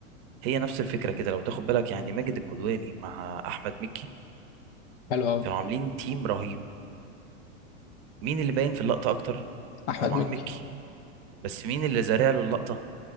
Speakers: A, on the right; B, on the left.
A: هي نفس الفكره كده لو تاخد بالك يعني ماجد الكدواني مع احمد مكي
B: حلو قوي
A: كانوا عاملين تيم رهيب مين اللي باين في اللقطه اكتر
B: احمد
A: طبعا
B: مكي
A: مكي بس مين اللي زارع له اللقطه